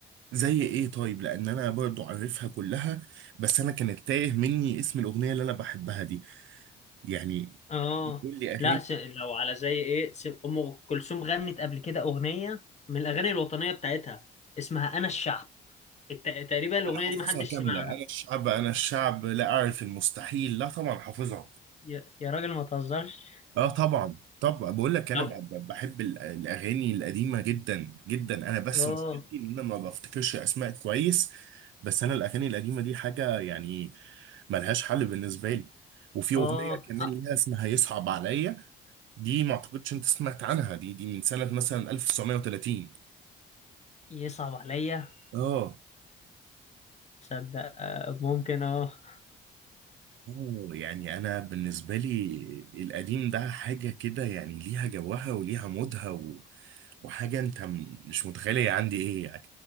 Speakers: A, on the right; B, on the left.
A: زي ايه طيب لان انا برضو عارفها كلها بس انا كانت تايه مني اسم الاغنيه اللي انا بحبها دي يعني
B: اه
A: بتقول لي اغاني
B: لا س... لو على زي ايه س... ام كلثوم غنت قبل كده اغنيه من الاغاني الوطنيه بتاعتها اسمها انا الشعب الت... تقريبا الاغنيه
A: انا حافظها
B: دي محدش
A: كامله
B: سمعها
A: انا الشعب انا الشعب لا اعرف المستحيل لا طبعا حافظها
B: يا, يا راجل ما تهزرش
A: اه طبعا طبعا بقول لك انا
B: طب
A: ب- ب- بحب ال- الاغاني القديمه جدا جدا انا بس
B: اه
A: مشكلتي ان انا ما بفتكرش اسماء كويس بس انا الاغاني القديمه دي حاجه يعني ملهاش حل بالنسبه لي وفي اغنيه
B: اه
A: كمان
B: آه،
A: ليها اسمها يصعب عليا دي ما اعتقدش انت سمعت عنها دي دي من سنه مثلا 1930
B: يصعب عليا
A: اه
B: تصدق آه ممكن اه
A: اه يعني انا بالنسبه لي القديم ده حاجه كده يعني ليها جوها وليها مودها و... وحاجه انت م- مش متخيله هي عندي ايه يعني